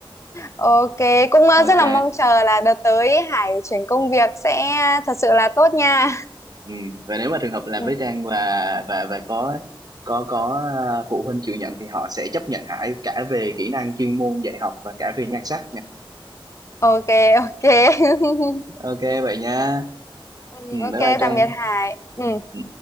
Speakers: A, on the left; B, on the right.
A: Ok, cũng ờ,
B: ok
A: rất là mong chờ là đợt tới Hải chuyển công việc sẽ thật sự là tốt nha.
B: ừ và nếu mà trường
A: <laughs>
B: hợp làm
A: Ừ.
B: với Trang và và và có có có ờ, phụ huynh chịu nhận thì họ sẽ chấp nhận Hải cả về kỹ năng chuyên môn dạy học và cả về nhan sắc
A: ok ok <laughs>
B: ok vậy nha
A: Ừ,
B: ừ,
A: ok
B: bye bye Trang
A: tạm biệt Hải ừ.
B: Ừ.